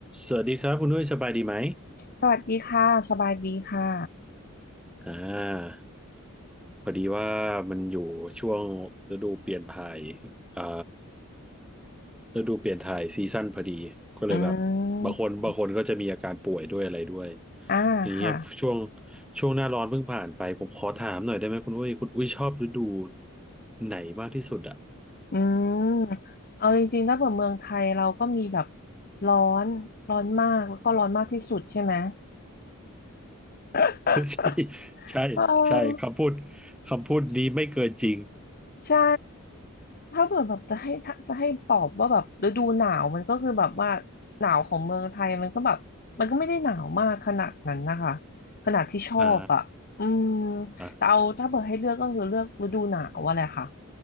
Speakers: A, in the centre; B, on the left.
A: สวัสดีครับคุณนุ้ยสบายดีไหม
B: สวัสดีค่ะสบายดีค่ะ
A: อ่าพอดีว่ามันอยู่ช่วงฤดูเปลี่ยนถ่ายอ่าฤดูเปลี่ยนถ่ายซีซั่นพอดีก็เลยแบบบางคนบางคนก็จะมีอาการป่วยด้วยอะไรด้วย
B: อืมอ่าค่ะ
A: อย่างเงี้ยช่วงช่วงหน้าร้อนเพิ่งผ่านไปผมขอถามหน่อยได้ไหมคุณอุ้ยคุณอุ้ยชอบฤดูไหนมากที่สุดอ่ะ
B: อืมเอาจริงๆถ้าเปิดเมืองไทยเราก็มีแบบร้อนร้อนมากแล้วก็ร้อนมากที่สุดใช่ไหม <laughs>
A: <laughs> ใช่ใช่ใช่คำพูด
B: เออ
A: คำพูดนี้ไม่เกินจริง
B: ใช่ถ้าเปิดแบบจะให้ถ้าจะให้ตอบว่าแบบฤดูหนาวมันก็คือแบบว่าหนาวของเมืองไทยมันก็แบบมันก็ไม่ได้หนาวมากขนาดนั้นนะคะขนาดที่ชอบอ่ะอืม
A: อ่าอ่า
B: แต่เอาถ้าเปิดให้เลือกก็คือเลือกฤดูหนาวอะแหละค่ะ